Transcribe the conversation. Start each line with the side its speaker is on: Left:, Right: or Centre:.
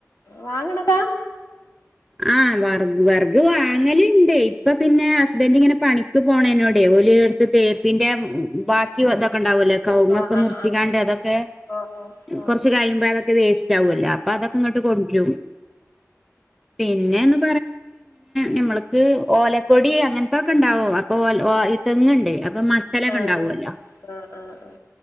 Left: വാങ്ങണതാ
Centre: ആഹ് വർ വേർഗ് വാങ്ങലുണ്ട് ഇപ്പൊ പിന്നെ ഹസ്ബൻഡ ഇങ്ങനെ പണിക്ക് പോണോടലെ - എടുത്ത് തേപ്പിന്റെ ബാക്കി അതൊക്കെ ഉണ്ടാവല്ലേ കവുങ്ങ
Left: ആഹ്
Centre: ഒക്കെ
Left: ആഹ്
Centre: മുറിച്ചിക്കാണ്ട് അതൊക്കെ-
Left: ആഹ് ഓ ഓ
Centre: കൊറച്ച് കഴിയുമ്പോ അതൊക്കെ വേസ്റ്റ് ആവല്ലോ അപ്പൊ അതൊക്കെ ഇങ്ങോട്ട് കൊണ്ടും പിന്നെ- നമ്മക്ക് ഓലക്കൊടി അങ്ങനത്തൊക്കെ ഉണ്ടാവോ അപ്പൊ ഓത് തെങ്ങുണ്ട് അപ്പൊ മസലൊക്കെ
Left: ആഹ് ആഹ് ഉം ഉം ആഹ് ആഹ് ആഹ്
Centre: ഉണ്ടാവുമല്ലോ
Left: ആഹ് ആഹ് ആഹ്